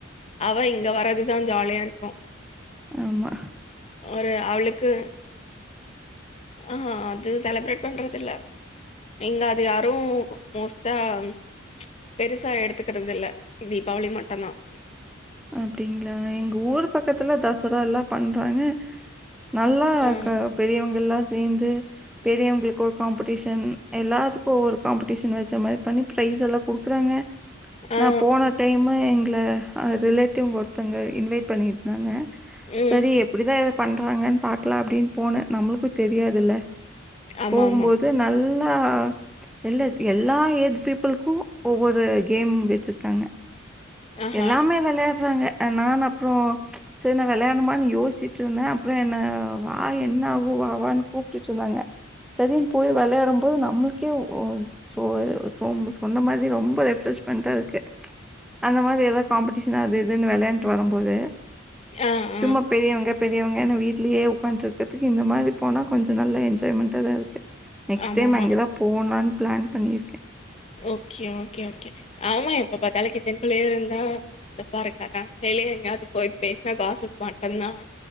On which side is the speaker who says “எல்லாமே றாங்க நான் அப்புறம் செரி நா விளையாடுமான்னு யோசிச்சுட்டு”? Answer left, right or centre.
Centre